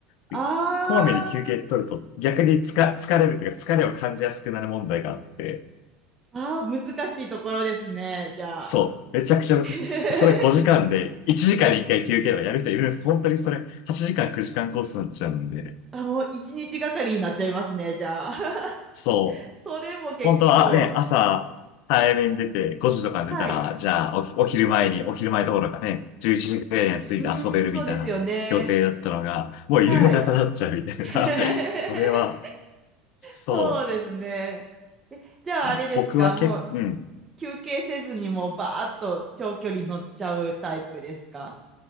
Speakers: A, on the left (about 60°); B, on the right (about 15°).
A: でこまめに休憩取ると逆につか疲れるというか疲れを感じやすくなる問題があって、
B: ああ、ああ、難しいところですね、じゃあ。
A: そう。めちゃくちゃ難しい。
B: <laughs>
A: それ5時間で、1時間に1回休憩とかやる人いるんですけど、本当にそれ8時間9時間コースになっちゃうんで。
B: あ、もう一日がかりになっちゃいますね、じゃあ。<laughs>
A: そう。
B: それも結構し、
A: 本当は、あね、朝、早めに出て5時とかに出たら、
B: はい。
A: じゃあお、お昼前に、お昼前どころかね、11時くらいに着いて遊べるみたいな予定だったのが、
B: うん、そうですよね。
A: もう夕方になっちゃうみたいな。
B: はい。<laughs>
A: <laughs> それは、そ
B: そうですね。え、じゃああれですか、
A: う。僕は結構、
B: もう
A: うん。
B: 休憩せずにもうバーッと長距離乗っちゃうタイプですか